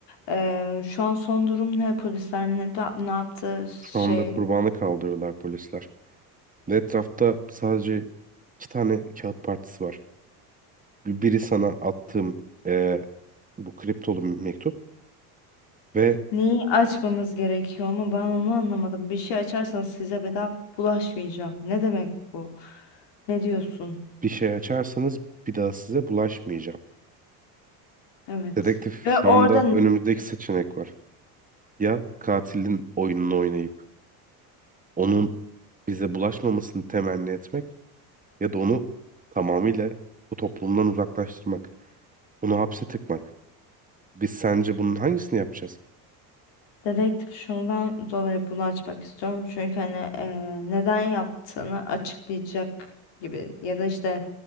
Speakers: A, on the left (about 65°); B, on the right (about 20°).
A: Ee, şu an son durum ne? Polisler ne, da- ne yaptı?
B: Şu
A: Şey,
B: anda kurbanı kaldırıyorlar polisler. Ve etrafta sadece iki tane kağıt partisi var. bir- biri sana attığım e, bu kriptolu bir mektup ve
A: neyi açmamız gerekiyor ama ben onu anlamadım. Bir şey açarsanız size bedava bulaşmayacağım. Ne demek bu? Ne diyorsun?
B: bir şey açarsanız bir daha size bulaşmayacağım.
A: Evet.
B: Dedektif
A: Ve
B: şu
A: oradan
B: anda önümüzdeki seçenek var. Ya katilin oyununu oynayıp onun bize bulaşmamasını temenni etmek ya da onu tamamıyla bu toplumdan uzaklaştırmak, onu hapse tıkmak. Biz sence bunun hangisini yapacağız?
A: dedektif şundan dolayı bunu açmak istiyorum. Çünkü hani eee, neden yaptığını açıklayacak gibi ya da işte